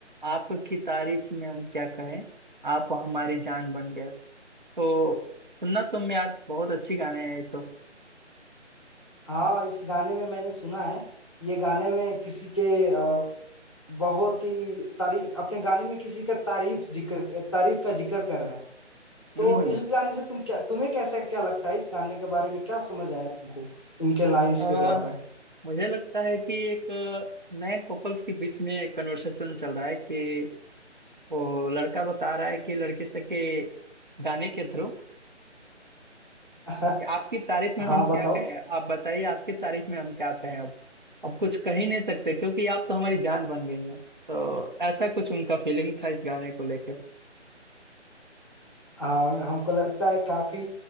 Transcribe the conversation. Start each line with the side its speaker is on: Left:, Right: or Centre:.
Right: आपकी तारीफ में हम क्या कहें आप हमारी जान बन गए तो सुनना तुम यार बहुत अच्छी गाने हैं ये तो
Left: हाँ इस गाने में मैंने सुना है ये गाने में किसी के अ, बहुत ही तारीफ अपने गाने में किसी का तारीफ जिक्र तारीफ का जिक्र कर रहे हैं तो
Right: हम्म हम्म
Left: इस गाने से तुम क्या तुम्हें कैसा क्या लगता है इस गाने के बारे में क्या समझ आया तुमको इनके लाइंस
Right: अ,
Left: के द्वारा
Right: मुझे लगता है कि एक अ, नए कपल्स के बीच में कन्वर्सेशन चल रहा है कि वो लड़का बता रहा है कि लड़के से के गाने के थ्रू
Left: <laughs>
Right: कि आपकी तारीफ में हम
Left: हाँ
Right: क्या
Left: बताओ
Right: कहें आप बताइए आपकी तारीफ में हम क्या कहें अब अब कुछ कह ही नहीं सकते क्योंकि आप तो हमारी जान बन गई हैं तो ऐसा कुछ उनका फीलिंग था इस गाने को लेके
Left: हाँ हमको लगता है काफी